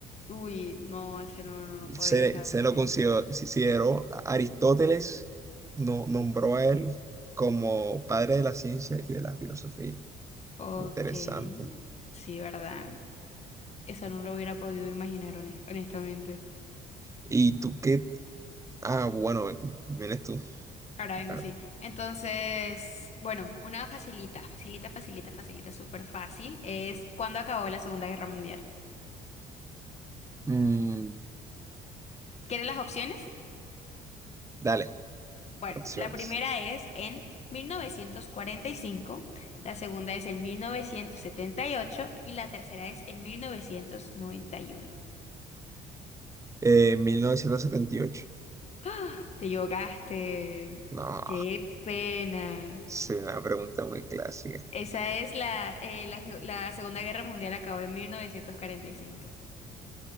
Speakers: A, on the left; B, on the right.
A: Uy, no, ese no, no, no podía
B: Se,
A: saberlo.
B: se lo consideró, consideró- Aristóteles no, nombró a él como padre de la ciencia y de la filosofía.
A: Ok,
B: Interesante.
A: sí, ¿verdad? Eso no lo hubiera podido imaginar, hones- honestamente.
B: ¿Y tú qué? Ah, bueno, ven- vienes tú.
A: Ahora vengo
B: Ah,
A: sí. Entonces, bueno, una facilita, facilita, facilita, facilita, súper fácil es ¿cuándo acabó la Segunda Guerra Mundial?
B: mm,
A: ¿Quieres las opciones?
B: dale,
A: Bueno,
B: opciones.
A: la primera es en 1945, la segunda es en mil novecientos setenta y ocho y la tercera es en 1991.
B: Eh, mil novecientos setenta y ocho
A: ¡Ah! Te llogaste.
B: No,
A: ¡Qué pena!
B: es una pregunta muy clásica.
A: Esa es la, eh, la, se- la Segunda Guerra Mundial acabó en 1945.